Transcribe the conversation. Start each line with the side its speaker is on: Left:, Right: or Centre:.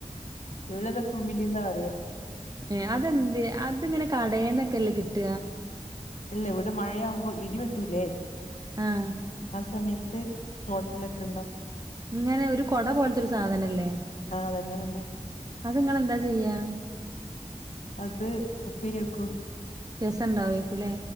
Left: ഇവിടെതാ കുമിലിന്നാ പറയ.
Right: ഏ അതന്തെ അതിങ്ങനെ കടന്നക്കെല്ലേ കിട്ട?
Left: ഇല്ല ഇവിടെ മഴയാവുമ്പോ ഇടിവെട്ടൂല്ലേ?
Right: ആഹ്‌
Left: ആ സമയത്ത് തോടത് ലൊക്കെണ്ടാവു.
Right: ഇങ്ങനെ ഒരു കൊട പോലത്തെരു സാധനല്ലേ?
Left: ആ അതന്നെ അതന്നെ
Right: അത്ങ്ങെളന്താ ചെയ്യാ?
Left: അത് ഉപ്പേരി വെക്കു.
Right: രസണ്ടാവേക്കൂലേ?